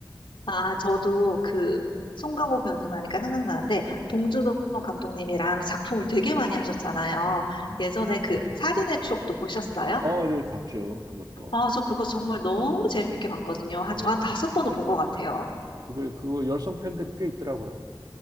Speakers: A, on the left; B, on the right.
A: 아, 저도 그 송강호 배우님 하니까 생각나는데 봉준호 감독님이랑 작품을
B: 예.
A: 되게 많이 하셨잖아요.
B: 예.
A: 예전에 그 살인의 추억도 보셨어요?
B: 어, 네, 봤죠. 그것도.
A: 아, 저 그거 정말 너무 재밌게 봤거든요. 한,
B: 예.
A: 저 한 다섯 번은 본 것 같아요.
B: 그게 그거 열성 팬들이 꽤 있더라고요.